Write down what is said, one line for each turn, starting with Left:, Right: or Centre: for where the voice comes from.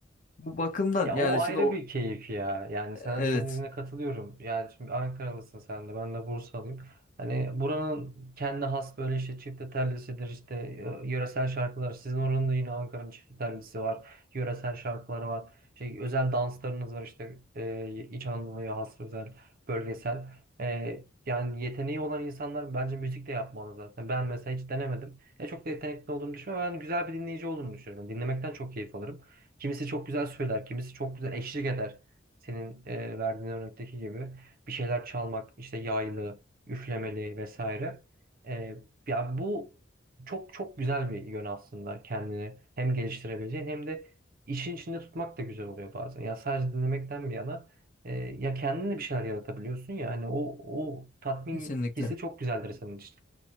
Left: Bu bakımdan
Right: Ya
Left: yani
Right: o
Left: şimdi
Right: ayrı
Left: o,
Right: bir keyif ya. Yani sen
Left: evet
Right: senin dediğine katılıyorum. Yani şimdi Ankaralısın sen de ben de Bursalıyım. Hani buranın kendi has böyle işte çifte tellisidir işte e, yöresel şarkılar. Sizin oranın da yine Ankara'nın çifte tellisi var. Yöresel şarkıları var. Şey, özel danslarınız var işte e, İç Anadolu'ya has özel bölgesel. E, yani yeteneği olan insanlar bence müzik de yapmalı zaten. Ben mesela hiç denemedim. E, çok da yetenekli olduğumu düşünmüyorum. Ben güzel bir dinleyici olduğumu düşünüyorum. Dinlemekten çok keyif alırım. Kimisi çok güzel söyler, kimisi çok güzel eşlik eder. Senin e, verdiğin örnekteki gibi bir şeyler çalmak, işte yaylı, üflemeli vesaire. E, ya bu çok çok güzel bir yön aslında kendini hem geliştirebileceğin hem de işin içinde tutmak da güzel oluyor bazen. Ya sadece dinlemekten bir yana e, ya kendin de bir şeyler yaratabiliyorsun ya hani o o tatmin
Left: kesinlikle.
Right: hissi çok güzeldir senin için.